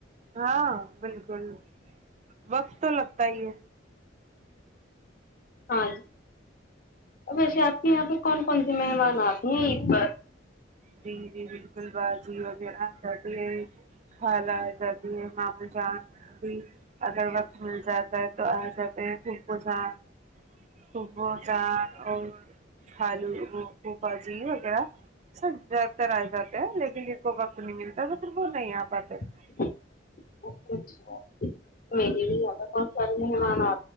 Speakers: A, on the right; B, on the left.
A: ہاں بالکل وقت تو لگتا ہی ہے
B: ہاں جی ویسے آپ کے یہاں پہ کون کونسے مہمان آتے ہیں عید پر
A: جی جی بالکل باجی وغیرہ سبھی خالہ آجاتی ہے مامو جان اگر وقت مل جاتا ہے تو آ جاتے ہیں پھوپھو جان پھپو جان اور خالو پھوپا جی وغیرہ سر زیادہ تر آ جاتے ہیں لیکن جن کو وقت نہیں ملتا تو پھر وہ نہیں آ پاتے ہوں،
B: <unintelligible> سارے مہمان آ